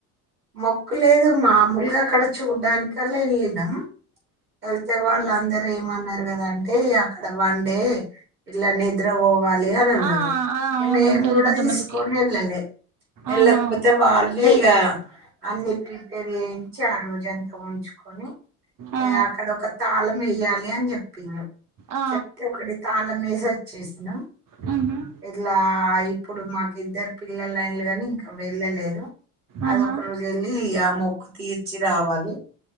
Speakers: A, on the right; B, on the right.
A: మొక్కు లేదు మామూలుగా అక్కడ చూడ్డానికల ఎళ్ళినాం వెళ్తే వాళ్ళందరూ ఏమన్నారు కదాఅంటే అక్కడ వన్డె పిల్ల నిద్ర పోవాలే అని అన్నారు
B: ఆ ఆ అవును
A: మేం
B: ఉంటది
A: కూడా
B: కొంతమందికి
A: తీసుకొని వెళ్ళా నె ఎల్లక్కపోతే
B: ఆహా
A: వాళ్ళే ఇగ అన్ని ప్రిపేర్ చేయించి ఆ రోజంతా ఉంచుకొని
B: ఆ
A: అక్కడ ఒక తాళం వేయ్యాలె అని చెప్పింన్రు
B: ఆ
A: చెప్తే ఒకటి తాళం మెసేజ్ చేసినం
B: మ్మ్
A: ఇట్లా ఆ ఇప్పుడు మాకు ఇద్దరు పిల్లలైన్లు ని ఇంకా వెళ్ళలేరూ
B: ఆహా
A: అధోక రోజు వెళ్ళి ఆ మొక్కు తీర్చి రావాలి